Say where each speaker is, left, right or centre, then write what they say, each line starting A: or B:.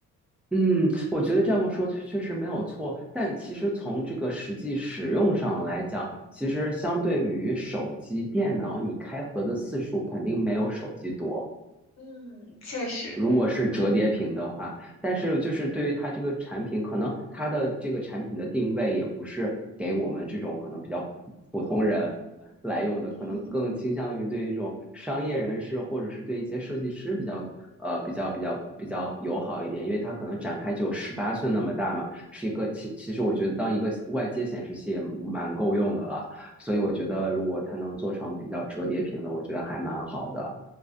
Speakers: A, in the centre; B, on the left.
A: 嗯，我觉得这么说确实没有错，但其实从这个实际使用上来讲，其实相对于手机、电脑，你开合的次数肯定没有手机多。
B: 嗯，确实。
A: 如果是折叠屏的话，但是就是对于它这个产品，可能它的这个产品的定位也不是给我们这种可能比较普通人来用的，
B: 嗯
A: 可能更倾向于对一种商业人士或者是对一些设计师比较呃比较比较比较友好一点，因为它可能展开只有十八寸那么大嘛，是一个其其实我觉得当一个外接显示器也蛮够用的了，所以我觉得如果它能做成比较折叠屏的，我觉得还蛮好的。